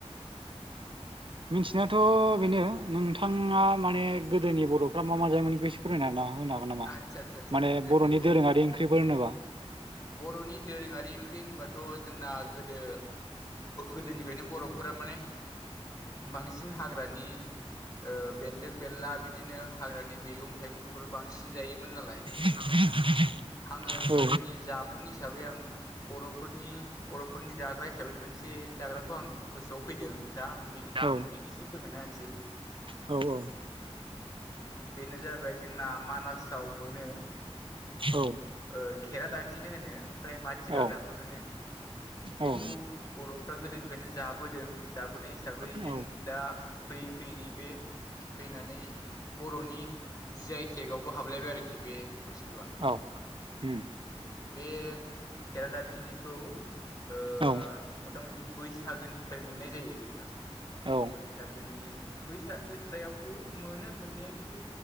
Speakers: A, on the right; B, on the left.
A: मिथिनायाथ' बेनो नोंथाङा माने गोदोनि बर'फ्रा मा मा जायोमोन बेखौ एसे फोरमायना होनो हागोन नामा? होनो हागोन नामा
B: आदसा आदसा आदसा
A: माने
B: गोदोनि
A: बर'नि
B: बर'
A: दोरोङारि ओंख्रिफोर होनोबा
B: बर'नि दोरोङारि ओंख्रि होनबाथ' जोंना गोदो गोदोनिफ्रायनो बर'फोरा माने बांसिन हाग्रानि ओ बेन्दों बेनला बिदिनो हाग्रानि मैगं थाइगंफोरखौनो बांसिन जायोमोन नालाय
A: <unintelligible>
B: आङो गोदोनि
A: औ
B: जामुं हिसाबै आं बर'फोरनि बर'फोरनि जाग्रा हिसाबै मोनसे जाग्राखौ आं गोसो गोसोआव फैदों दा आं बेनि
A: औ
B: सोमोन्दैनो एसे फोरमायना होनोसै ।
A: औ औ
B: बेनो जाहैबाय जोंना मानासाव मोनो
A: औ
B: ओ खेरा दाफिनि दाफिनि होनो ओमफ्राय माथिगालदाबबो
A: औ
B: होनो बेखौ
A: औ
B: बर' फ्रा गोदोनिफ्रायनो जाबोदों जाबोनाय हिसाबै
A: औ
B: जों दा फैयै फैयै नैबे फैनानै बर'नि जि आइ टेक केकावबो हाबलायबाय आरोखि बे बुस्थुआ
A: औ उम
B: बे खेरादाफिनिखौ ओ
A: औ
B: मथा मथि बैसागोनिफ्राय मोननाय जायो नोंथां ।
A: औ
B: बैसागोनि बैसागोद्रायावबो मोनो मोननाया खिन्थु